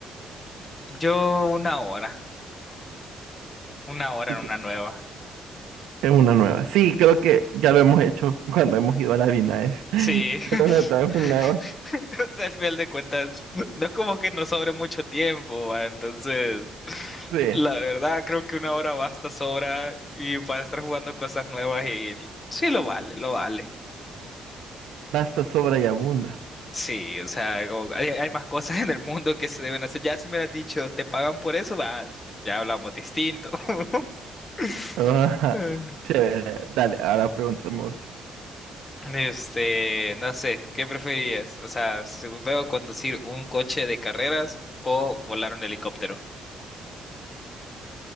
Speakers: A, on the left; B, on the right.
A: Yo una hora, una hora
B: Y
A: en
B: que-
A: una nueva.
B: En una nueva. Sí, creo que ya lo hemos hecho cuando hemos ido a la Vina. <laughs> es-
A: Sí.
B: Solo nos dan
A: <laughs>
B: una hora.
A: O sea, al final de cuentas, no es como que nos sobre mucho tiempo, ¿va? Entonces.
B: Sí.
A: La verdad, creo que una hora basta, sobra y para estar jugando cosas nuevas y sí lo vale, lo vale.
B: Basta, sobra y abunda.
A: Sí, o sea, como- hay, hay más cosas <laughs> en el mundo que se deben hacer. Ya si me hubieras dicho, te pagan por eso, va, ya hablamos distinto. <laughs>
B: Ah,
A: Eh.
B: <laughs> chévere. Dale, ahora preguntemos.
A: Este, no sé, ¿qué preferirías? O sea, si veo conducir un coche de carreras o volar un helicóptero.